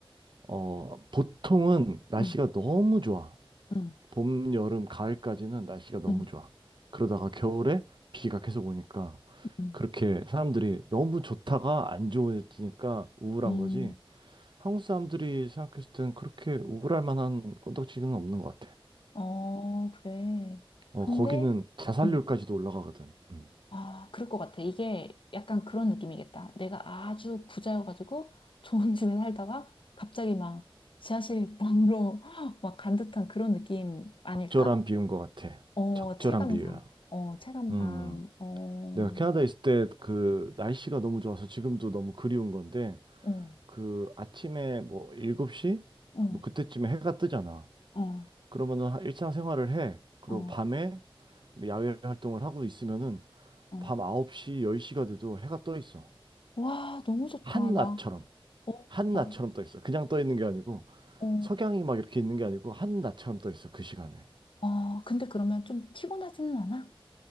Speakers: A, on the right (about 55°); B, on the left (about 60°).
A: 어, 보통은 날씨가
B: 응,
A: 너무 좋아.
B: 응,
A: 봄, 여름, 가을까지는 날씨가 너무
B: 응,
A: 좋아. 그러다가 겨울에 비가 계속 오니까
B: 응,
A: 그렇게 사람들이 너무 좋다가 안 좋아지니까 우울한
B: 응.
A: 거지. 한국 사람들이 생각했을 땐 그렇게 우울할 만한 건덕지는 없는 것 같아.
B: 어, 그래.
A: 어,
B: 근데,
A: 거기는 자살률까지도
B: 응.
A: 올라가거든. 음.
B: 아, 그럴 것 같아. 이게 약간 그런 느낌이겠다. 내가 아주 부자여가지고 <laughs> 좋은 집에 살다가 갑자기 막 지하실 방으로 <laughs> 막 간 듯한 그런 느낌 아닐까?
A: 적절한 비유인 것 같아.
B: 어,
A: 적절한
B: 체감상.
A: 비유야.
B: 어, 체감상.
A: 음.
B: 어,
A: 내가 캐나다에 있을 때 그 날씨가 너무 좋아서 지금도 너무 그리운 건데
B: 어,
A: 그 아침에 뭐 7시?
B: 어,
A: 뭐 그때쯤에 해가 뜨잖아.
B: 어,
A: 그러면은 하- 일상생활을 해. 그리고
B: 어,
A: 밤에 뭐 야외 활동을 하고 있으면은
B: 어.
A: 밤 9시, 10시가 돼도 해가 떠 있어.
B: 와, 너무 좋다.
A: 한낮처럼.
B: 나, 어,
A: 한낮처럼
B: 아,
A: 떠 있어. 그냥 떠 있는 게 아니고
B: 어,
A: 석양이 막 이렇게 있는 게 아니고 한낮처럼 떠 있어. 그 시간에.
B: 아, 근데 그러면 좀 피곤하지는 않아?